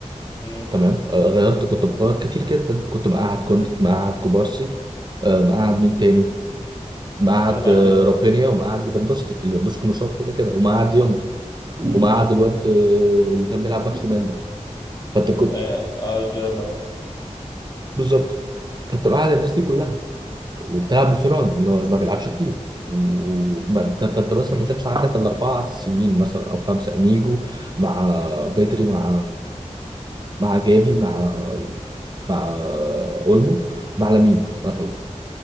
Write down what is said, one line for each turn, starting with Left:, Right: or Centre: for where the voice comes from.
Left: مم.
Right: تمام آه غيرت كنت مغير كتير جدا كنت مقعد كوندي
Left: مم.
Right: مقعد كوبارسي آه مقعد مين تاني مقعد
Left: كما
Right: آه
Left: عاد يونغ
Right: رافينيا ومقعد ليفاندوسكي ليفاندوسكي مصاب كده كده ومقعد
Left: مم.
Right: يونج
Left: مم.
Right: ومقعد
Left: مم.
Right: الواد آه اللي كان بيلعب باك شمال ده فانت كنت
Left: اه آه، جيرارد مارتن
Right: بالظبط فانت مقعد الناس دي كلها وبتلعب بفيران اللي هو اللي ما بيلعبش كتير وما انت انت انت مثلا ما كانش عندك الا اربعه اساسيين مثلا او خمسه انيجو مع بدري مع مع جافي مع مع اولمو مع لامين مثلا